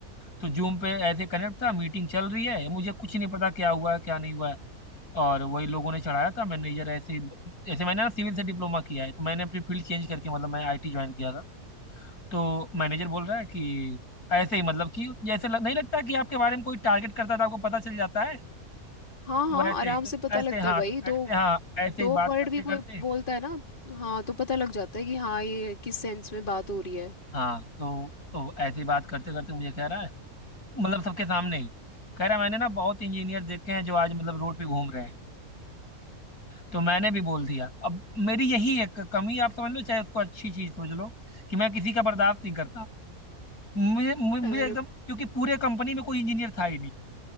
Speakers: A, on the left; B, on the left.
A: तो जूम पे ऐसे कनेक्ट था मीटिंग चल रही है मुझे कुछ नहीं पता क्या हुआ है क्या नहीं हुआ है और वही लोगों ने चढ़ाया था मैनेजर ऐसे ही- ऐसे मैंने ना सिविल से डिप्लोमा किया है तो मैंने अपनी फील्ड चेंज करके मतलब मैं आईटी ज्वाइन किया था तो मैनेजर बोल रहा है कि ऐसे ही मतलब कि जैसे लग, नहीं लगता कि आपके बारे में कोई टारगेट करता था आपको पता चल जाता है
B: हाँ हाँ
A: वैसे
B: आराम
A: ही तो
B: से पता
A: ऐसे
B: लगता
A: हाँ
B: है भाई
A: तो ऐसे
B: दो
A: हाँ ऐसे
B: दो
A: ही बात
B: वर्ड
A: करते
B: भी
A: करते
B: कोई बोलता है ना हाँ तो पता लग जाता है कि हाँ ये किस सेंस में बात हो रही है
A: हाँ तो तो ऐसे ही बात करते करते मुझे कह रहा है मतलब सबके सामने ही कह रहा है मैंने ना बहुत इंजीनियर देखे हैं जो आज मतलब रोड पे घूम रहे हैं तो मैंने भी बोल दिया अब मेरी यही एक कमी आप समझ लो चाहे उसको अच्छी चीज समझ लो कि मैं किसी का बर्दाश्त नहीं करता मुझे मुझे
B: अरे
A: मुझे एकदम क्योंकि पूरे कंपनी में कोई इंजीनियर था ही